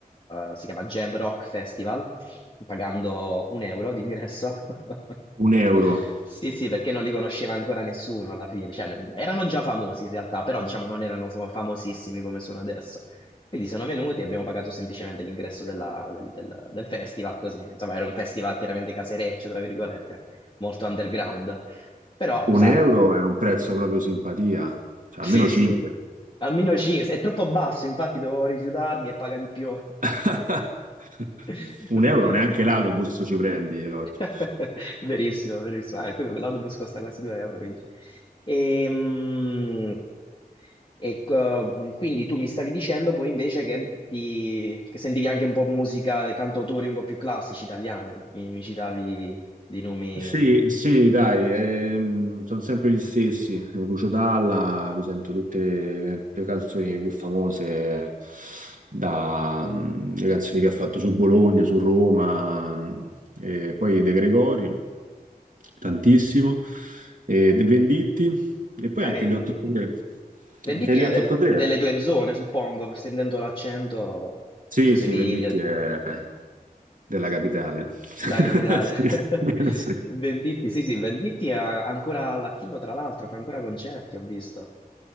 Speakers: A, on the left; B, on the right.
A: eh, si chiama Jam Rock Festival, pagando un euro d'ingresso. <laughs>
B: un euro.
A: Sì, sì, perché non li conosceva ancora nessuno alla fine, cioè n- erano già famosi in realtà, però diciamo non erano fa- famosissimi come sono adesso. Quindi sono venuti e abbiamo pagato semplicemente l'ingresso della- del, del- del festival, così. Insomma, era un festival chiaramente casereccio, tra virgolette, molto underground. Però,
B: Un
A: sai,
B: euro è un prezzo proprio simpatia, cioè
A: sì,
B: almeno 5.
A: sì, almeno ci... È troppo basso, infatti dovevo rifiutarmi e paga di più.
B: <laughs>
A: <laughs>
B: Un euro
A: Verissimo.
B: neanche l'autobus ci prendi oggi.
A: <laughs> Verissimo, verissimo. Ah, ecco, l'autobus costa quasi 2 euro, quindi. Ehm, ecco, quindi tu mi stavi dicendo poi invece che, ti- che sentivi anche un po' musica, cantautori un po' più classici italiani. Mi, mi citavi dei nomi
B: Sì,
A: di...
B: sì, dai, ehm, sono sempre gli stessi. Eh, Lucio Dalla, mi sento tutte le, le canzoni più famose, da, mm, le canzoni che ha fatto su Bologna, su Roma, mm, e poi De Gregori, tantissimo, e De Venditti, e poi
A: Eh,
B: anche
A: Ven-
B: gli
A: Venditti.
B: 883.
A: Venditti
B: Anche gli
A: è
B: 883,
A: eh, delle tue zone, suppongo, sentendo l'accento,
B: Sì,
A: tu sei...
B: sì, Venditti
A: di-
B: è della
A: sì, sì.
B: capitale. <laughs>
A: Da capitale.
B: Sì,
A: <laughs>
B: sì.
A: Venditti, sì, sì, Venditti è ancora all'attivo, tra l'altro, fa ancora concerti, ho visto.